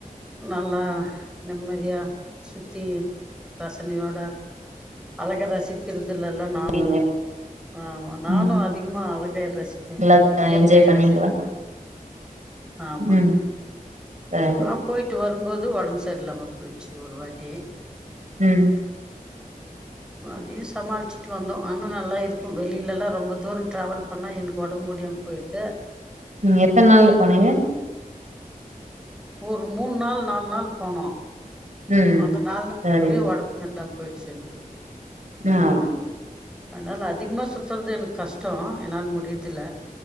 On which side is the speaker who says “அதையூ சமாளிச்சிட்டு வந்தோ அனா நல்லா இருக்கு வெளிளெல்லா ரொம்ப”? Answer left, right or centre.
Centre